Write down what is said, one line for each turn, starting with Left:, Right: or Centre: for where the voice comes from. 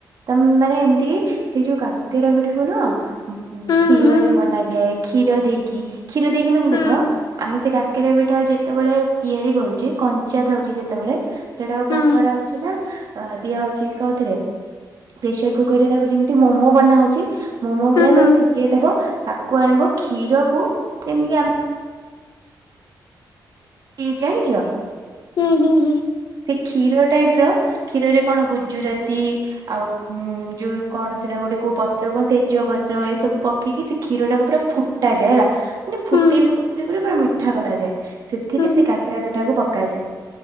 Right: ତମ ମାନେ ଏମିତି କି ସେଇ ଯୋଉ କାକେର ପିଠାକୁ ନୁହଁ
Left: ହୁଁ
Right: କ୍ଷୀରରେ
Left: ହୁଁ
Right: ବନାଯାଏ, କ୍ଷୀର ଦେଇକି। କ୍ଷୀର ଦେଇକି ମାନେ
Left: ହୁଁ
Right: ଦେଖ ଆମେ ସେ କାକର ପିଠା ଯେତେବେଳେ ତିଆରି କରୁଛି କଞ୍ଚା ଥାଉଛି ଯେତେବେଳେ ସେଇଟା
Left: ହୁଁ
Right: କୁ କଣ କରାହଉଛି ନା ଦିଆ ହଉଛି କଉଥିରେ ପ୍ରେସର କୁକର ରେ ତାକୁ ଯେମିତି ମୋମୋ ବନାହଉଛି ମୋମୋ
Left: ହୁଁ
Right: ଭଳିଆ
Left: ହୁଁ
Right: ତାକୁ ସିଝେଇଦବ। ତାକୁ ଆଣିବ କ୍ଷୀରକୁ ଯେମିତି ଆମେ କି ଜାଣିଛ
Left: ହୁଁ ହୁଁ ହୁଁ।
Right: ସେ କ୍ଷୀର ଟାଇପ ର କ୍ଷୀରରେ କଣ ଗୁଜୁରାତି ଆଉ ଉ ଯୋଉ କଣ ସେଟା ଗୋଟେ କୋଉ ପତ୍ର କୁହନ୍ତି ତେଜ ପତ୍ର ଏ ସବୁ ପକେଇକି ସେ କ୍ଷୀର ଟାକୁ ପୁରା ଫୁ ଫୁଟା ଯାଏ ହେଲା ମାନେ
Left: ହୁଁ
Right: ଫୁଟେଇ-ଫୁଟେଇ-ଫୁଟେଇ ପୁରା ମିଠା କରାଯାଏ। ସେଥିରେ
Left: ହୁଁ
Right: ସେ କାକେରା ପିଠାକୁ ପକାଯାଏ।